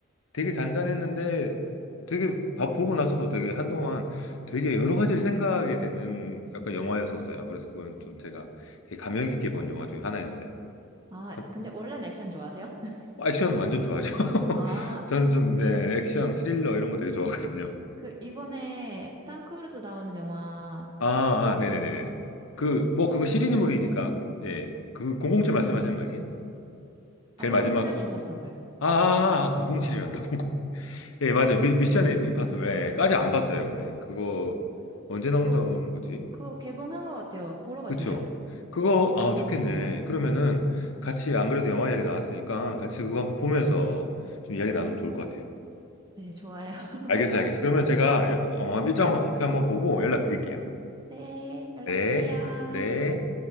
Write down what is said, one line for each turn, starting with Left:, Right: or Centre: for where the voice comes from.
Left: 되게 잔잔했는데 되게 밥 보고 나서도 되게 한동안 되게 여러 가지를 생각하게 되는 약간 영화였었어요. 그래서 그건 좀 제가 되게 감명 깊게 본 영화 중에 하나였어요.
Right: 아,
Left: 한-
Right: 근데 원래는 액션 좋아하세요? <laughs>
Left: 액션 완전 좋아하죠. <laughs>
Right: 아,
Left: 저는 좀 예, 액션 스릴러 이런 거 되게 좋아하거든요.
Right: 그 이번에 탐 크루즈 나오는 영화
Left: 아, 아, 네네네네. 그 뭐 그거
Right: 제목
Left: 시리즈물이니까
Right: 뭐였지?
Left: 예, 그 007 말씀하시는 거 아니에요? 제일
Right: 아니요,
Left: 마지막
Right: 미션 임파서블.
Left: 아, 아, 아 007이란다. 예, 맞아요. 미, 미션 임파서블. 예, 까지 안 봤어요, 근데. 그거 언제 나온다는
Right: 그거
Left: 거지?
Right: 그거 개봉한 것 같아요. 보러 가실래요?
Left: 그쵸? 그거, 아, 좋겠네. 그러면은 같이 안 그래도 영화 이야기 나왔으니까 같이 그거 한번 보면서 좀 이야기 나누면 좋을 것 같아요.
Right: 네, 좋아요. <laughs>
Left: 알겠어요, 알겠어요. 그러면 제가 여- 어, 일정표 한번 보고 연락드릴게요.
Right: 네, 연락
Left: 네,
Right: 주세요.
Left: 네.